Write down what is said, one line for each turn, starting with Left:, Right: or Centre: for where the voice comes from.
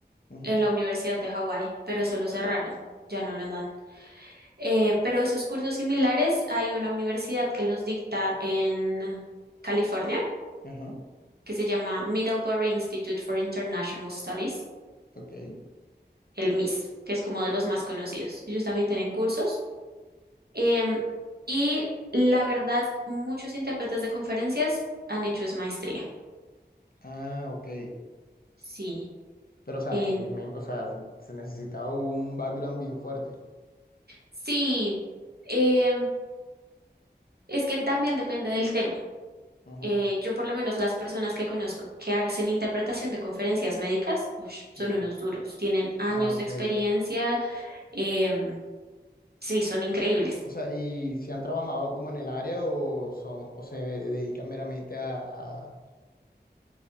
Left: ujú,
Right: en la Universidad de Hawái, pero eso lo cerraron, ya no lo andan Eh, pero esos cursos similares hay una universidad que los dicta en California,
Left: Ajá.
Right: que se llama Middlebury Institute for International Studies,
Left: Ok.
Right: el MIS, que es como de los más conocidos. Ellos también tienen cursos. Em, y la verdad, muchos intérpretes de conferencias han hecho es maestría.
Left: Ah, ok.
Right: Sí,
Left: Pero, o sea,
Right: en-
Left: ahí me- o sea, se necesitaba un background bien fuerte.
Right: sí, em, es que también depende del tema.
Left: Ujú,
Right: Eh, yo por lo menos las personas que conozco que hacen interpretación de conferencias médicas, ush, son
Left: Sí.
Right: unos duros, tienen años
Left: Ah, ok.
Right: de experiencia, em, sí, son increíbles.
Left: O sea, ¿y si han trabajado como en el área o son, o se dedican meramente a, a,